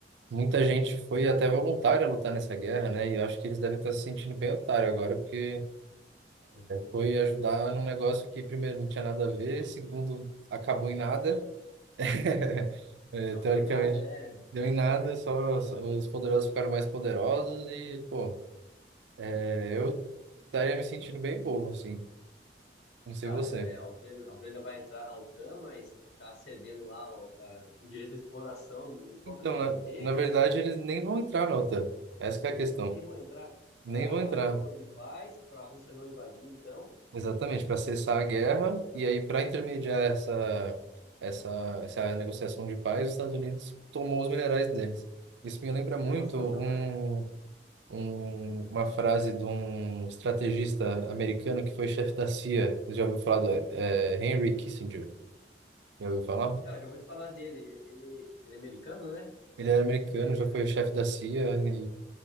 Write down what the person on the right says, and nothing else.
muita gente foi até voluntária lutar nessa guerra, né? E eu acho que eles devem estar se sentindo bem otário agora, porque
Foi ajudar num negócio que, primeiro, não tinha nada a ver, segundo, acabou em nada. <laughs> É,
Teoricamente,
deu em nada, só, só os poderosos ficaram mais poderosos e, pô, é, eu estaria me sentindo bem bobo, assim. Não sei
você.
Então,
na,
na verdade, eles nem vão entrar na OTAN. Essa que é a questão.
Nem
vão entrar.
Exatamente, para cessar a guerra e aí para intermediar essa, essa, essa negociação de paz, os Estados Unidos tomou os minerais deles. Isso me lembra
muito um
um- uma frase de um estrategista americano que foi chefe da CIA. Você já ouviu falar do é, Henry Kissinger? Já ouviu falar?
Ele é americano,
já foi
chefe da CIA e,